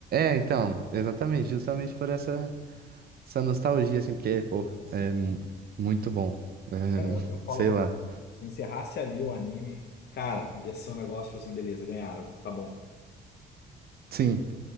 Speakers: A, on the right; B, on the left.
A: é, então, exatamente, justamente por essa, essa nostalgia, assim, porque, pô, é mu- muito bom. É,
B: É,
A: <laughs>
B: Eu, eu falo
A: sei
B: pra
A: lá.
B: todo mundo, se encerrasse ali o anime, cara, ia ser um negócio, tipo assim, beleza, ganharam, tá bom.
A: Sim,